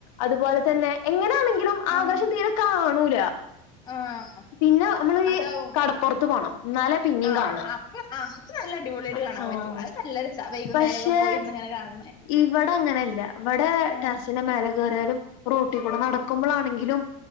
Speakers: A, on the left (about 60°); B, on the left (about 20°).
A: അത് പോലെ തന്നെ എങ്ങനെയാണെങ്കിലും
B: ആഹ്
A: ആകാശം തീരെ കാണൂല്ല.
B: ആഹ്
A: പിന്നെ നമ്മള്
B: അതാവും.
A: ഈ കടപ്പൊർത്ത് പോണം. ന്നാലെ പിന്നിം
B: ആഹ്
A: കാണ
B: അപ്പൊ ആഹ് അത് നല്ല അടിപൊളിയായിട്ട്
A: അ
B: കാണാൻ
A: ആഹ്
B: പറ്റും. അത് നല്ല രസാ വൈകുന്നേരൊക്കെ
A: പക്ഷെ
B: പോയിരുന്ന് ഇങ്ങനെ കാണണേ.
A: ഇവിടെ അങ്ങനെല്ല. ഇവിടെ
B: ആഹ്
A: ടെറസിന്റെ മേലെ കേറിയാലും റോട്ടി കൂടെ നടക്കുമ്പളാണെങ്കിലും
B: ഉം